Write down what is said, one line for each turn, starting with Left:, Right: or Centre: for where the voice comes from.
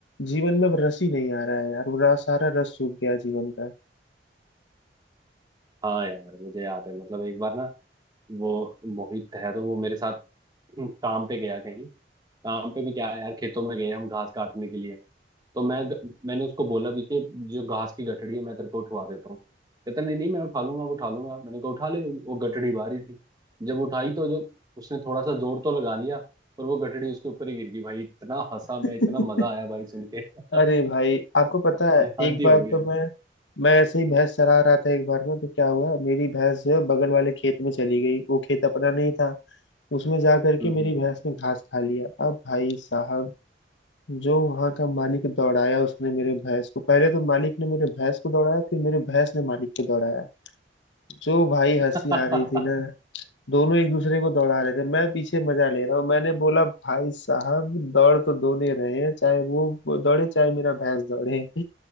Left: जीवन में अब रस ही नहीं आ रहा है यार पूरा सारा रस सूख गया है जीवन का
Right: हाँ यार मुझे याद है मतलब एक बार ना वो मोहित है तो वो मेरे साथ <clears throat> काम पे गया कहीं काम पे भी क्या है यार खेतों में गए हम घास काटने के लिए तो मैं मैंने उसको बोला भी कि जो घास की गठड़ी है मैं तेरे को उठवा देता हूँ कहता नहीं नहीं मैं उठा लूंगा उठा लूंगा मैंने कहा उठा ले वो गठड़ी भारी थी जब उठाई तो जो उसने थोड़ा सा जोर तो लगा लिया पर वो गठड़ी उसके ऊपर ही गिर गई भाई इतना हंसा मैं
Left: <laughs>
Right: इतना मजा आया भाई सुन के <laughs>
Left: अरे भाई आपको पता है
Right: हद
Left: एक
Right: ही
Left: बार
Right: हो गया
Left: तो मैं मैं ऐसे ही भैंस चरा रहा था एक बार में तो क्या हुआ मेरी भैंस जो है बगल वाले खेत में चली गई वो खेत अपना नहीं था उसमें जा करके
Right: हम्म
Left: मेरी
Right: हम्म
Left: भैंस ने घास खा लिया अब भाई साहब जो वहां का मालिक दौड़ाया उसने मेरे भैंस को पहले तो मालिक ने मेरे भैंस को दौड़ाया फिर मेरे भैंस ने मालिक को दौड़ाया जो भाई हंसी
Right: <laughs>
Left: आ रही थी ना दोनों एक दूसरे को दौड़ा रहे थे मैं पीछे मजा ले रहा हूँ मैंने बोला भाई साहब दौड़ तो दोनों ही रहे हैं चाहे वो दौड़े चाहे मेरा भैंस दौड़े